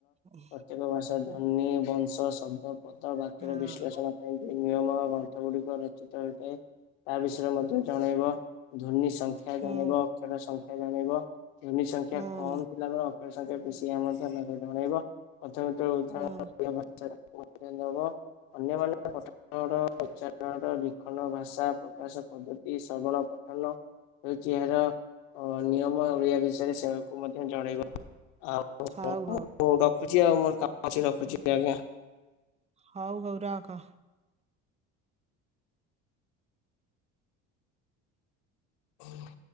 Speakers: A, on the right; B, on the left.
A: ଅଁ।
B: ପ୍ରତେକ ଭାଷା ଧନୀ ବଂଶ ଶବ୍ଦ ପଦ ବାକ୍ୟର
A: ହଁ
B: ବିଶ୍ଳେଷଣ ଧ୍ୱନି ନିୟମ ଗ୍ରନ୍ଥ ଗୁଡିକ ରଚିତ ହେଇଥାଏ ତା ବିଷୟରେ ମଧ୍ୟ ଜଣାଇବ। ଧ୍ୱନି ସଂଖ୍ୟା
A: ହଁ
B: ଜାଣେଇବ ଅକ୍ଷର ସଂଖ୍ୟା ଜଣେଇବ ଧ୍ୱନି ସଂଖ୍ୟା
A: ହଁ
B: କମ୍ ଥିଲାବେଳେ ସାଙ୍ଗେ ସାଙ୍ଗେ ବିଶ୍ରାମ ଟା ଜଣେଇବ ପ୍ରଥମେ ତା ଭାଇ
A: ହଁ
B: ଭଉଣୀ ପ୍ରଥମେ ତାଙ୍କୁ ତମେ ଜଣେଇବ। ଅନ୍ୟମାନଙ୍କ ପଠନର ଉଚାରଣର ଲିଖନ ଭାଷା ପ୍ରକାଶ ପଦ୍ଧ ତି ସମ୍ପଳ ପଠନ ହେଉଛି ଏହାର ଅନିୟମ ଓଡିଆ ବିଷୟ ସେକୁ ମଧ୍ୟ ଜଣେଇବ ଆଉ
A: ହଉ ହଉ
B: <inaudible> ରଖୁଛି ଆଉ ମୋର କାମ ଅଛି ରଖୁଛି ଆଜ୍ଞା।
A: ହଉ ହଉ ରଖ।
B: ହୁଁ।